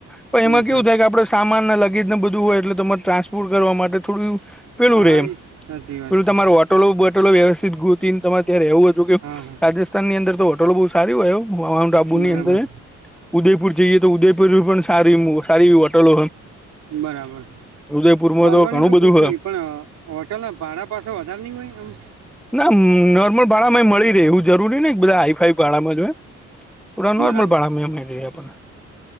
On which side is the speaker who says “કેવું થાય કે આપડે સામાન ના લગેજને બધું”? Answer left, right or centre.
Centre